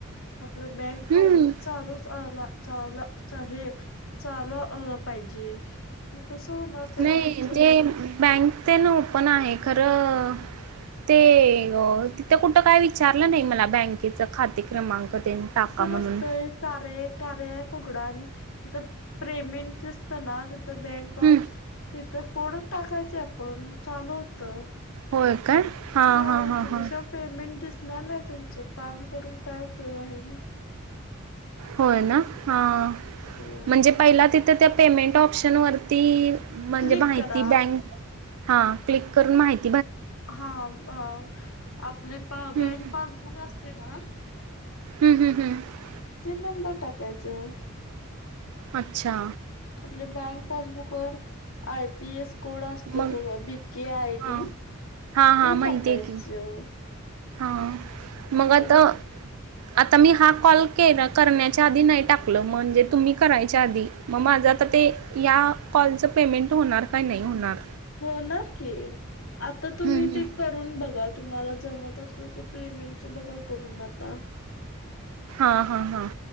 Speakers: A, on the left; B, on the right.
A: आप बँक
B: हम्म.
A: पासबुक चालू आला चाल हेल चालू पाहिजे कसं होणार पेमेंटच
B: नाही ते बँक ते ना ओपन आहे खरं ते तिथे कुठ काय विचारलं नाही मला बँकेच खाते क्रमांक ते टाका
A: तसं
B: म्हणून
A: नसतंय कार्य कार्य अँप फकडा आणि तिथ पेमेंट असत ना तीथ बँक
B: हम्म.
A: ऑफ तर कोडंच टाकायचे आपण चालू होतं.
B: होय काय. हां
A: हो
B: हां हां
A: त्याज्या
B: हां
A: शिवाय पेमेंट दिस नाई नाई तुमचं काम करून काय उपयोग आहे म.
B: होय ना हां
A: होय
B: म्हणजे पहिला तिथं त्या पेमेंट ऑप्शन वरती म्हणजे
A: क्लिक
B: म्हायती
A: करा
B: बँक हा क्लिक करून म्हायती
A: हा मं आपले प
B: हम्म
A: बँक पासबुक असते ना.
B: हम्म हम्म हम्म
A: ते नंबर टाकायचं.
B: अच्छा.
A: आपले बँक पासबुक वर आय पी एस कोड असतो
B: मग
A: तो बीके आय
B: हां
A: डी
B: हां
A: ते
B: हां माहिती
A: टाकायचं.
B: आहे की हां मग
A: आणि
B: आता.
A: त्याच्या
B: आता मी हा कॉल केला करण्याच्या आधी नाही टाकलं म्हणजे तुम्ही करायच्या आधी मग माझा. आता ते ह्या कॉलचं पेमेंट होणार काय नाही होणार?
A: होणार की आता तुम्ही
B: हं
A: ते
B: हं
A: करून बघा. तुम्हाला जमत असलं तर पेमेंटच बघा करून आता.
B: हां हां हां.